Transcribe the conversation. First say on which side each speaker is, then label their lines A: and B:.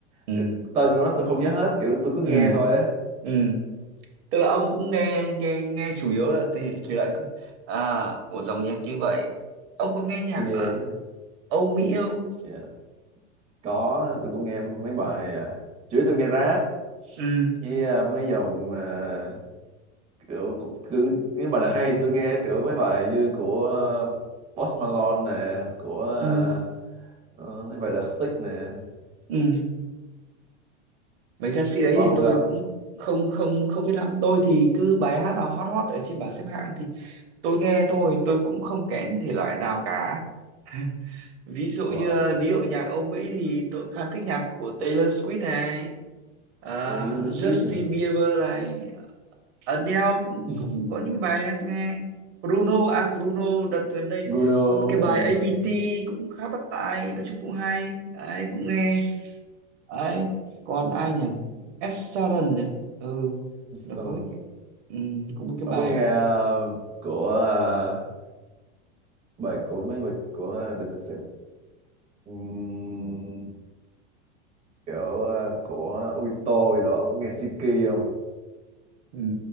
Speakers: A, on the right (about 65°); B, on the right (about 20°).
A: ừ
B: ừ, tên của nó tôi không nhớ hết kiểu tôi cứ
A: ừ
B: nghe thôi á
A: ừ tức là ông cũng nghe nghe nghe chủ yếu là thể thể loại cơ- à của dòng nhạc như vậy ông có nghe nhạc
B: IDE
A: là
B: đó
A: Âu Mỹ không
B: Dạ. có tôi cũng nghe mấy bài à, chủ yếu tôi nghe rap
A: ừ
B: với à, mấy dòng à, kiểu cũng- cứ nếu bài nào hay thì tôi nghe kiểu mấy bài như của à, Post Malone nè của à,
A: ừ
B: ờ, mấy bài The Stick nè
A: ừ mấy ca sĩ đấy
B: còn
A: thì
B: ông thì
A: tôi
B: sao
A: cũng không không không biết lắm tôi thì cứ bài hát nào hot hot ở trên bảng xếp hạng thì tôi nghe thôi tôi cũng không kén thể loại nào cả <laughs> ví dụ
B: Đúng
A: như
B: rồi
A: là- ví dụ nhạc Âu Mỹ thì tôi khá thích nhạc của Taylor Swift này à,
B: With Little
A: Justin
B: Sweet nè
A: Bieber này Adele cũng
B: <laughs>
A: cũng có những cái bài hát nghe Bruno à Bruno đợt gần đây
B: Bruno
A: có một cái bài
B: ừ.
A: APT cũng khá bắt tai nói chung cũng hay đấy cũng nghe đấy còn ai nhỉ Ed Sheeran này ừ
B: Sao
A: nó có mấy cái ừ, có mấy cái
B: Ông
A: bài
B: có nghe ờ, của ờ, bài của mấy bài của ờ, để tôi xem Ừm, kiểu ờ, của Obito gì đó ông có nghe Siki không?
A: ừ,